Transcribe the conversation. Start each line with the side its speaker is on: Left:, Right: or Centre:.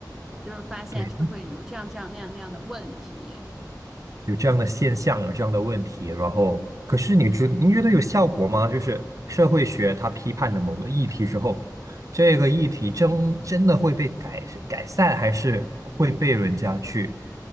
Centre: 就是发现社会有这样这样那样那样的问题。
Right: 对。有这样的现象，有这样的问题，然后可是你觉您觉得有效果吗？就是社会学它批判了某个议题之后，这个议题真真的会被改改善，还是会被人家去